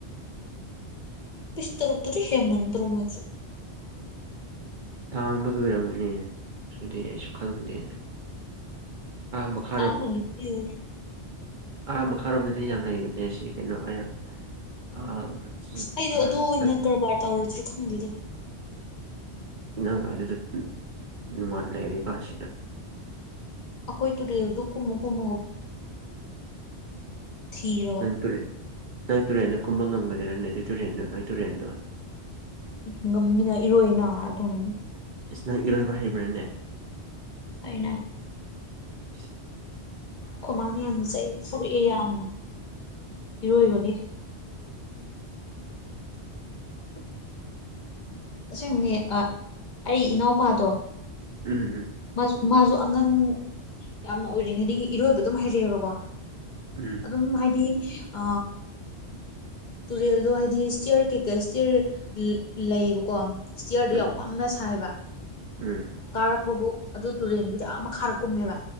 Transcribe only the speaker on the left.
ꯄꯤꯁꯇꯔ ꯎꯇꯔ ꯍꯦꯃꯟꯇ꯭ꯔꯃꯁ
ꯇꯥꯡꯕꯒꯤꯕꯨꯗꯤ ꯑꯣꯏꯔꯦ
ꯑꯁ ꯑꯩꯗꯣ
ꯑꯗꯨ ꯑꯣꯏꯅ
ꯀꯔꯕꯥꯔ ꯇꯧꯔꯁꯤꯔ ꯈꯪꯗꯦꯗ
ꯑꯩꯈꯣꯏ ꯇꯨꯔꯦꯜꯗꯨ ꯀꯨꯝꯃꯨ ꯀꯨꯝꯃꯨ ꯊꯤꯔꯕ
ꯉꯝꯃꯤꯅ ꯏꯔꯣꯏꯅ ꯑꯗꯨꯝ
ꯍꯥꯏꯅ
ꯀꯃꯥꯅ ꯌꯥꯝꯅ ꯆꯩꯑ ꯐꯨꯔꯛꯑ ꯌꯥꯝꯅ ꯏꯔꯣꯏꯕꯒꯤ
ꯑꯁꯝꯅꯦ ꯑꯩ ꯏꯅꯥꯎꯄꯥꯗꯣ
ꯃꯥꯁꯨ ꯃꯥꯁꯨ ꯑꯉꯥꯡ ꯌꯥꯝꯅ ꯑꯣꯏꯔꯤꯉꯩꯗꯒꯤ ꯏꯔꯣꯏꯕ ꯑꯗꯨꯝ ꯍꯥꯏꯩꯔꯛꯑꯦꯕꯀꯣ
ꯑꯗꯨꯝ ꯍꯥꯏꯗꯤ ꯑ ꯇꯨꯔꯦꯜꯗꯣ ꯍꯥꯏꯗꯤ ꯏꯁꯇꯤꯌꯔ ꯀꯩꯀꯩ ꯏꯁꯇꯤꯌꯔ ꯂꯩꯌꯦꯕꯀꯣ ꯏꯁ ꯆꯤꯌꯔꯗꯨ
ꯌꯥꯝ ꯋꯥꯡꯅ ꯁꯥꯏꯕ
ꯀꯥꯔꯛꯄꯕꯨ ꯑꯗꯨ ꯇꯨꯔꯦꯟꯗꯨꯗꯤ ꯌꯥꯝ ꯑꯃ ꯈꯥꯔꯛꯀꯨꯝꯃꯦꯕ